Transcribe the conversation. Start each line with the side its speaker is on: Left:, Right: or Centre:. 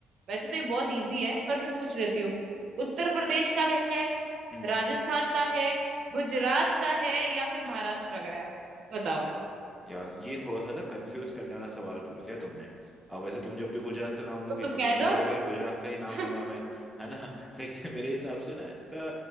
Right: वैसे तो ये बहुत इजी है पर भी पूछ लेती हूँ उत्तर प्रदेश का है
Centre: हम्म
Right: राजस्थान का है गुजरात का है या फिर महाराष्ट्र का है बताओ
Centre: यार ये थोड़ा सा ना कंफ्यूज करने वाला सवाल पूछ दिया तुमने अब वैसे तुम जब भी गुजरात का नाम लोगी
Right: तो तुम
Centre: तो फिर
Right: कह
Centre: मुझे
Right: दो
Centre: लगा कि गुजरात का ही नाम
Right: <laughs>
Centre: लूंगा मैं है ना <laughs> लेकिन मेरे हिसाब से ना इसका